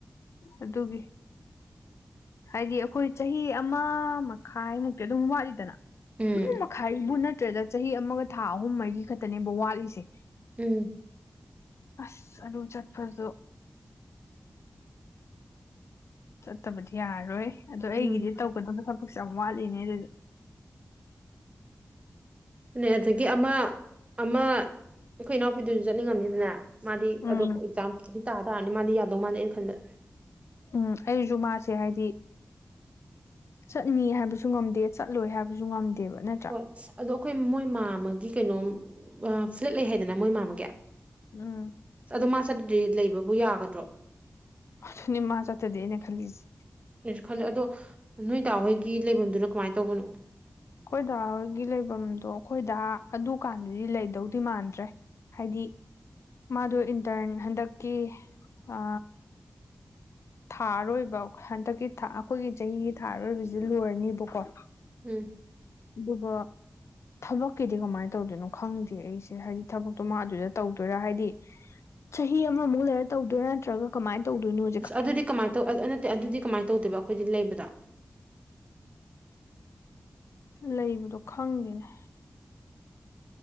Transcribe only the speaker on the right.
ꯎꯝ
ꯎꯝ
ꯎꯝ
ꯅꯦ ꯑꯗꯒꯤ ꯑꯃ ꯑꯃ ꯑꯩꯈꯣꯏ ꯏꯅꯥꯎꯄꯤꯗꯨꯁꯨ ꯆꯠꯅꯤꯡꯉꯝꯅꯤꯗꯅ ꯃꯥꯗꯤ
ꯑꯗꯣ ꯑꯦꯛꯖꯥꯝꯗꯤ ꯇꯥ ꯇꯥꯔꯅꯤ ꯃꯥꯗꯤ ꯌꯥꯗꯧ ꯃꯥꯜꯗꯦ ꯑꯩꯅ ꯈꯟꯕꯗ
ꯍꯣꯏ ꯑꯗꯣ ꯑꯩꯈꯣꯏ ꯃꯣꯏ ꯃꯥ ꯑꯃꯒꯤ ꯀꯩꯅꯣꯝ ꯐ꯭ꯂꯦꯠ ꯂꯩ ꯍꯥꯏꯗꯅ ꯃꯣꯏ ꯃꯥꯃꯒ
ꯑꯗꯣ ꯃꯥ ꯆꯠꯇ꯭ꯔꯗꯤ ꯂꯩꯕꯕꯨ ꯌꯥꯒꯗ꯭ꯔꯣ
ꯑꯩꯁꯨ ꯈꯜꯂꯦ ꯑꯗꯣ ꯅꯣꯏꯗꯥ ꯍꯣꯏꯒꯤ ꯂꯩꯐꯝꯗꯨꯅ ꯀꯃꯥꯏꯅ ꯇꯧꯕꯅꯣ
ꯎꯝ
ꯑꯁ ꯑꯗꯨꯗꯤ ꯀꯃꯥꯏꯅ ꯇꯧ ꯅꯠꯇꯦ ꯑꯗꯨꯗꯤ ꯀꯃꯥꯏꯅ ꯇꯧꯗꯦꯕ ꯑꯩꯈꯣꯏꯗꯤ ꯂꯩꯕꯗꯣ